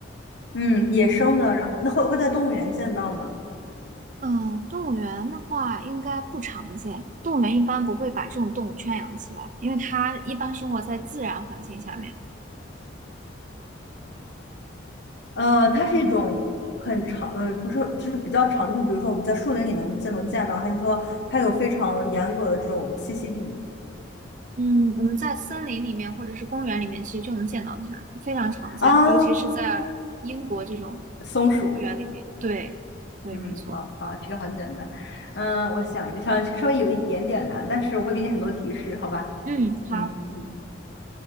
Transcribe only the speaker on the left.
嗯，野生的，然后那会会在动物园见到吗？
呃，它是一种很长，呃，不是，就是比较长的，就比如说我们在树林里能见能见到，还是说它有非常严格的这种栖息地
<laughs> 啊？
松鼠，
嗯，
好好，这个好简单，嗯，我想一个稍稍微有一点点难，但是我会给你很多提示，好吧？
嗯嗯